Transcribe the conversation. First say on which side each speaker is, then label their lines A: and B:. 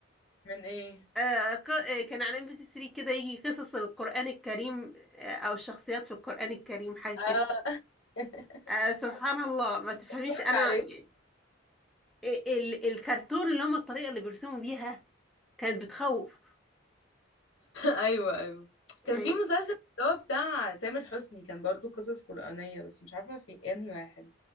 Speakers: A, on the left; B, in the centre.
A: من ايه
B: آه، ق- آه، كان على ام بي سي 3 كده يجي قصص القرآن الكريم آه، او الشخصيات في القرآن الكريم حاجة كده
A: اه <laughs>
B: آه، سبحان الله ما تفهميش
A: اتفرج
B: انا
A: عليه
B: ي- ال الكرتون اللي هم الطريقة اللي بيرسموا بيها كانت بتخوف
A: ايوه ايوه
B: يعني
A: كان في مسلسل اللي هو بتاع تامر حسني كان برضو قصص قرآنية بس مش عارفة في انهي واحد